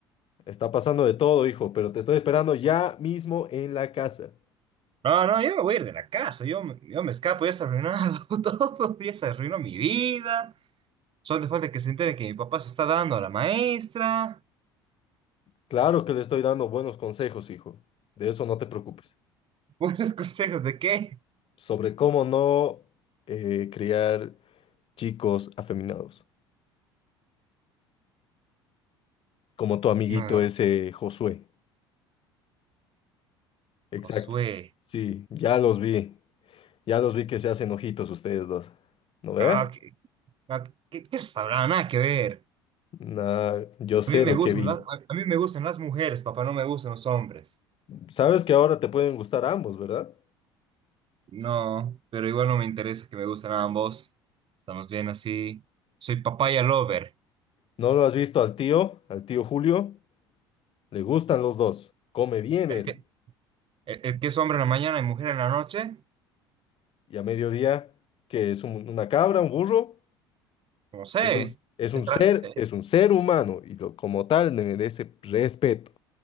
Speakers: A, on the left; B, on the right.
A: Está pasando de todo, hijo, pero te estoy esperando ya mismo en la casa.
B: No, no, yo me voy a ir de la casa. Yo, me- yo me escapo. Ya se ha arruinado <laughs> todo. Ya se arruinó mi vida. Solo te falta que se entere que mi papá se está dando a la maestra.
A: Claro que le estoy dando buenos consejos, hijo. De eso no te preocupes.
B: <laughs> ¿Buenos consejos de qué?
A: Sobre cómo no eh, criar chicos afeminados, como tu amiguito
B: No, no,
A: ese Josué. Exacto.
B: Josué.
A: Sí, ya los vi. Ya los vi que se hacen ojitos ustedes dos. ¿No ve?
B: No, ¿qué, no, qué, qué se sabrá? Nada que ver.
A: Nah, yo sé
B: A mí me
A: lo
B: gustan
A: que vi.
B: las, a, a mí me gustan las mujeres, papá, no me gustan los hombres.
A: Sabes que ahora te pueden gustar ambos, ¿verdad?
B: No, pero igual no me interesa que me gusten ambos. Estamos bien así. Soy papaya lover.
A: ¿No lo has visto al tío, al tío Julio? Le gustan los dos. Come bien
B: El
A: él.
B: que, el, el que es hombre en la mañana y mujer en la noche,
A: Y a mediodía, que es un- una cabra, un burro,
B: no sé.
A: es un, es un
B: Es tra-
A: ser,
B: eh,
A: es un ser humano y lo- como tal le merece respeto.